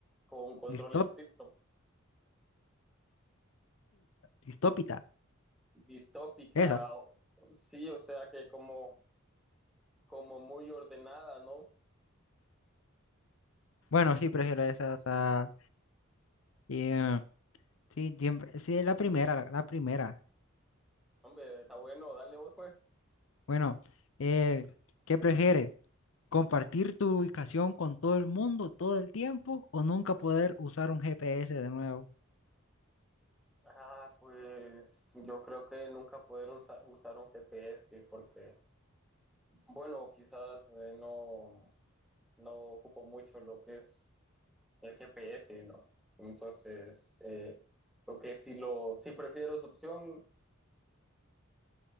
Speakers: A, in the centre; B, on the left.
A: con control
B: Distópita,
A: estricto.
B: distópita,
A: distópica,
B: esa.
A: o- sí, o sea que como, como muy ordenada, ¿no?
B: Bueno, sí, prefiero esa, o sea, eh, sí, siempre, sí, la primera, la, la primera.
A: Hombre, está bueno, dale vos, pues.
B: Bueno, eh, ¿qué prefiere? Compartir tu ubicación con todo el mundo todo el tiempo o nunca poder usar un GPS de nuevo.
A: Ah, pues yo creo que nunca poder usa- usar un GPS porque, bueno, quizás eh, no, no ocupo mucho lo que es el GPS, ¿no? Entonces, eh, lo que sí lo, sí prefiero esa opción,